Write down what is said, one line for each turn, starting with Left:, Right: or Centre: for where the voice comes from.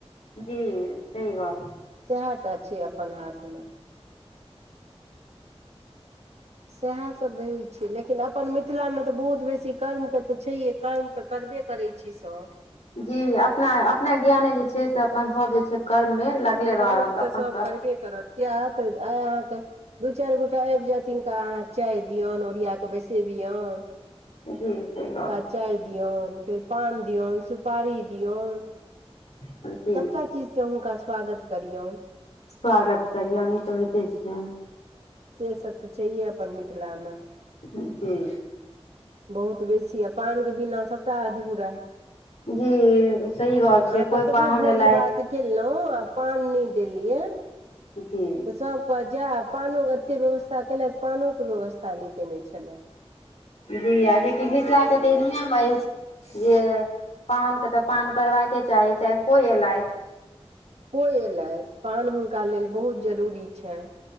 Left: जी सही गोप
Right: सएह टा छै अपन हाथ मे सएह सब रहै छै लेकिन अपन मिथिलामे त बहुत बेसी कर्म के त छैहे कर्म त करबे करै छि सब
Left: जी अपना अपना ज्ञाने जे छै से अपन सब जे छै कर्म मे ल रहक
Right: कर्म
Left: अपन
Right: त सभ करबे करत किएत आय अहाँके दू चार गोटा आब जायथि हिनका अहाँ चाय दियन ओरिया क बैसेबियन
Left: हूॅ सही बात
Right: चाय दियऔन फेर पान दियऔन सुपारी दियऔन
Left: छै जी
Right: सभटा चीजसँ हुनका स्वागत करियौ
Left: स्वागत करियौ नहि तऽ होइते छै
Right: सेसभ त छैहे अपन मिथिलामे
Left: जी
Right: बहुत बेसी आ पान के बिना सभटा अधूरा
Left: जी सही गप छै
Right: अह
Left: कोइ
Right: कतबो
Left: पाहुन
Right: भोज
Left: एलथि
Right: भात केलहुँ आ पान नहि देलियै
Left: जी
Right: तऽ सभ जा पानो के एते व्यवस्था केलथि पानो के व्यवस्था न केने छला
Left: जी आज के मिथिलाके त ए नियाम अछि जे पाहुन के तऽ पान परड़बाके चाही चाहे कोई एलैथ
Right: कोई एयले पान हुनका लेल बहुत जरूरी छैन